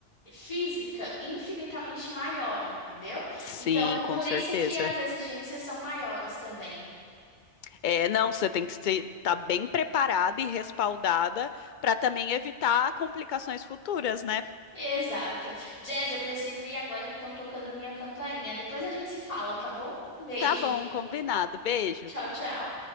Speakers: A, on the left; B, on the left.
A: física infinitamente maior, entendeu?
B: Sim,
A: Então,
B: com
A: por
B: certeza.
A: isso que as exigências são maiores também.
B: É, não, você tem que estar bem preparada e respaldada para também evitar complicações futuras, né?
A: Exato. Jazz, eu preciso ir agora que estão tocando minha campainha. Depois a gente se fala, tá bom? Beijo.
B: Tá bom, combinado. Beijo.
A: Tchau, tchau.